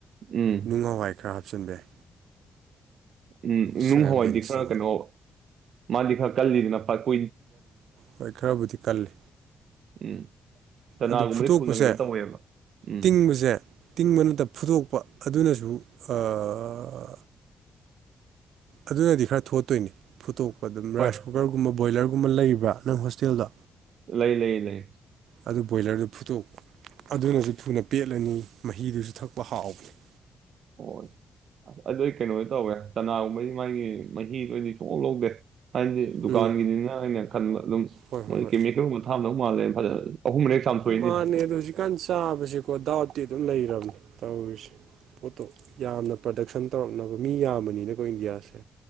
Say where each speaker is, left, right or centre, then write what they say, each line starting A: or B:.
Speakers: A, on the right; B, on the right.
A: ꯎꯝ
B: ꯅꯨꯡ ꯍꯋꯥꯏ ꯈꯔ ꯍꯥꯞꯆꯤꯟꯕ ꯌꯥꯏ
A: ꯎꯝ
B: ꯁꯣꯌꯥꯕꯤꯟꯁꯇꯨꯀꯣ
A: ꯅꯨꯡ ꯍꯋꯥꯏꯗꯤ ꯈꯔ ꯀꯩꯅꯣ ꯃꯥꯗꯤ ꯈꯔ ꯀꯜꯂꯤꯗꯅ ꯐ ꯀꯨ
B: ꯍꯣꯏ ꯈꯔꯕꯨꯗꯤ ꯀꯜꯂꯤ
A: ꯎꯝ ꯆꯅꯥꯒꯨꯝꯕꯗꯤ
B: ꯑꯗꯨ ꯐꯨꯠꯇꯣꯛꯄꯁꯦ
A: ꯊꯨꯅ ꯀꯩꯅꯣ ꯇꯧꯋꯦꯕ ꯎꯝ
B: ꯇꯤꯡꯕꯁꯦ ꯇꯤꯡꯕꯅꯠꯇ ꯐꯨꯗꯣꯛꯄ ꯑꯗꯨꯅꯁꯨ ꯑꯥ ꯑꯗꯨꯅꯗꯤ ꯈꯔ ꯊꯣꯠꯇꯣꯏꯅꯤ ꯐꯨꯠꯇꯣꯛꯄ ꯑꯗꯨꯝ
A: ꯍꯣꯏ
B: ꯔꯥꯏꯁ ꯀꯨꯀꯔꯒꯨꯝꯕ ꯕꯣꯏꯂꯔꯒꯨꯝꯕ ꯂꯩꯕ꯭ꯔꯥ ꯅꯪ ꯍꯣꯁꯇꯦꯜꯗꯣ
A: ꯂꯩ ꯂꯩ ꯂꯩ
B: ꯑꯗꯨ ꯕꯣꯏꯂꯔꯗꯨ ꯐꯨꯠꯇꯣꯛꯄ ꯑꯗꯨꯅꯁꯨ ꯊꯨꯅ ꯄꯦꯠꯂꯅꯤ ꯃꯍꯤꯗꯨꯁꯨ ꯊꯛꯄ ꯍꯥꯎꯕꯅꯤ
A: ꯑꯣ ꯑꯗꯨꯏ ꯀꯩꯅꯣ ꯇꯧꯋꯦ ꯆꯅꯥꯒꯨꯝꯕꯗꯤ ꯃꯥꯒꯤ ꯃꯍꯤꯗ ꯑꯣꯏꯅꯗꯤ ꯁꯨꯛꯂꯧ ꯂꯧꯗꯦ ꯍꯥꯏꯗꯤ ꯗꯨꯀꯥꯟꯒꯤꯅꯤꯅ
B: ꯎꯝ
A: ꯑꯩꯅ ꯈꯟꯕ ꯑꯗꯨꯝ
B: ꯍꯣꯏ
A: ꯃꯣꯏ
B: ꯍꯣꯏ ꯍꯣꯏ
A: ꯀꯦꯃꯤꯀꯦꯜꯒꯨꯝꯕ ꯊꯥꯛ ꯑꯝꯗꯧ ꯃꯥꯜꯂꯦ ꯐꯖꯅ ꯑꯍꯨꯝꯔꯛ ꯍꯦꯛ ꯆꯥꯝꯊꯣꯛꯏꯅꯤ
B: ꯃꯥꯅꯦ ꯑꯗꯨ ꯍꯧꯖꯤꯛꯀꯥꯟ ꯆꯥꯕꯁꯦꯀꯣ ꯗꯥꯎꯠꯇꯤ ꯑꯗꯨꯝ ꯂꯩꯔꯕꯅꯦ ꯇꯧꯔꯤꯁꯦ ꯄꯣꯠꯇꯣ ꯌꯥꯝꯅ ꯄ꯭ꯔꯗꯛꯁꯟ ꯇꯧꯔꯛꯅꯕ ꯃꯤ ꯌꯥꯝꯕꯅꯤꯅꯀꯣ ꯏꯟꯗꯤꯌꯥꯁꯦ